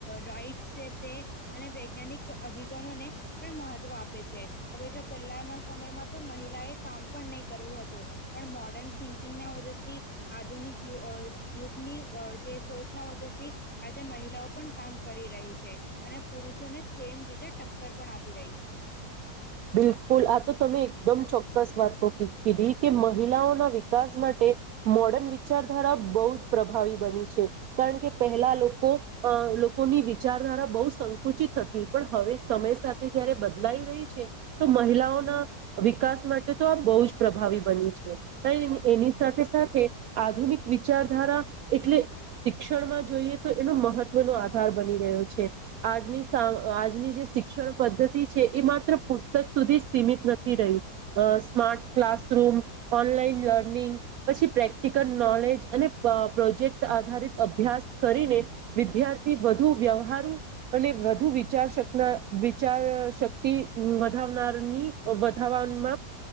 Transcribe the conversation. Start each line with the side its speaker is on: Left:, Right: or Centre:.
Centre: રાઈટસ છે તે અને વૈજ્ઞાનિક અભિગનોને પણ મહવ આપે છે. હવે જો પહેલા ના સમયમાં તો, મહિલા એ કામ પણ નહી કરવું હતું. તો પણ મોડર્ન થિંકિંગના વજથી, આધુનિક યુગ યુગની જે સોચના વજથી આજે મહિલાઓ પણ કામ કરી રહી છે, અને પુરુષોને સેમ રીતે ટક્કર પણ આપી રહી છે. છે.
Right: બિલકુલ આ તો તમે એકદમ ચોક્કસ વાતો કીધી, કે મહિલાઓના વિકાસ માટે મોર્ડન વિચારધારા બહુ જ પ્રભાવી બની છે. કારણ કે પહેલા લોકો લોકોની વિચારધારા બહુ સંકુચિત હતી. પણ હવે, સમય સાથે જયારે બદલાઈ રહી છે. તો મહિલાઓના વિકાસ માટે તો આ બહુ જ પ્રભાવી બની છે. એની સાથે સાથે આધુનિક વિચારધારા એટલે શિક્ષણમાં જોઈએ તો એનો મહત્વનો આધાર બની રહ્યો છે. આજની સા આજની જે શિક્ષણ પદ્ધતિ છે, એ માત્ર પ પુસ્તક સુધી સીમિત નથી રહી. સ્માર્ટ ક્લાસરૂમ, ઓનલાઈન લર્નિંગ પછી પ્રેક્ટિકલ નોલેજ અને પ્રોજેક્ટ આધારિત અભ્યાસ કરીને, વિદ્યાર્થી વધુ વ્યવહાર અને વધુ વિચાર, વિચાર શક્તિ નાર ની વધ